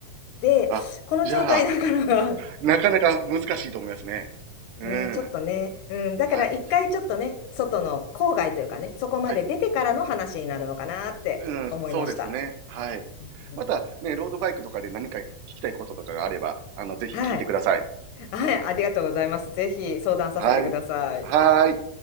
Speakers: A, on the left; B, on the right.
A: で、
B: あ、
A: この状態だから
B: じゃあ、なかなか難しいと思いますね。
A: <laughs>
B: うん。
A: ね、ちょっとね、うん、だから一回ちょっとね、
B: はい。
A: 外の郊外というかね、そこまで出てからの話になるのかなって思いました。
B: はい。うん。そうですね。はい。
A: うん
B: またね、ロードバイクとかで何か聞きたいこととかがあれば、あの、ぜひ聞いてください。
A: はい。はい、ありがとうございます。ぜひ相談させてください。
B: はい。はい。